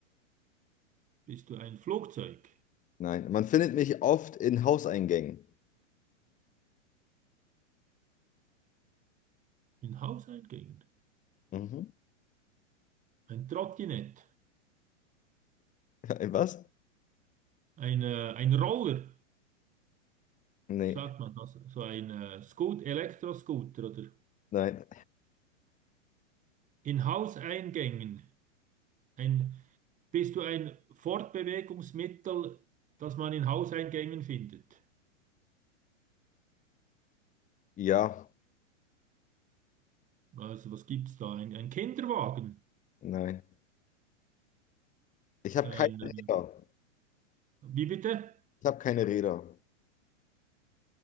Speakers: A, on the right; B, on the left.
A: Bist du ein Flugzeug?
B: nein. Man findet mich oft in Hauseingängen.
A: Ein Hauseingang?
B: Mhm.
A: Ein Trottinett?
B: <laughs> In was?
A: Ein, äh, ein Roller?
B: Nee,
A: Sagt man das? So ein äh, Scoot, Elektroscooter oder
B: nein.
A: in Hauseingängen. Ein, bist du ein Fortbewegungsmittel, das man in Hauseingängen findet?
B: Ja,
A: Also was gibt's da? Ein, ein Kinderwagen?
B: nein. Ich habe
A: Ein,
B: keine
A: äh,
B: Räder.
A: wie bitte?
B: Ich habe keine Räder.